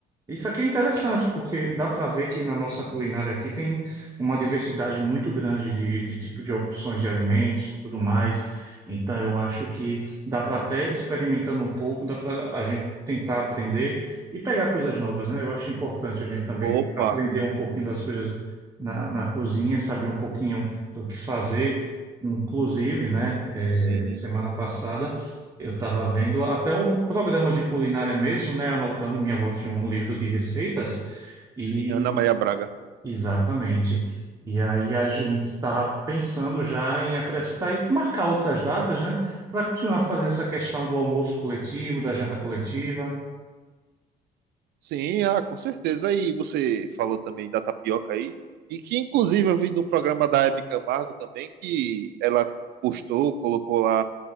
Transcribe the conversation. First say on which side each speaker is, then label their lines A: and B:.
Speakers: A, on the right (about 20°); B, on the right (about 75°).
A: Isso aqui é interessante, porque dá para ver que na nossa culinária aqui tem uma diversidade muito grande de, de tipo de opções de alimentos e tudo mais. Então, eu acho que dá para até experimentando um pouco, dá para a gente tentar aprender e pegar coisas novas, né? Eu acho importante a gente também
B: Opa,
A: aprender um pouquinho das coisas na, na cozinha, saber um pouquinho do que fazer. Inclusive, né, eh,
B: sim,
A: semana passada eu estava vendo até um programa de culinária mesmo, né, anotando minha avó tinha um livro de receitas e
B: sim. Ana Maria Braga.
A: exatamente. E aí a gente está pensando já em acrescentar e marcar outras datas, né, para continuar fazendo essa questão do almoço coletivo, da janta coletiva.
B: Sim, ah, com certeza. Aí você falou também da tapioca aí, e que inclusive eu vi no programa da Hebe Camargo também, que ela postou, colocou lá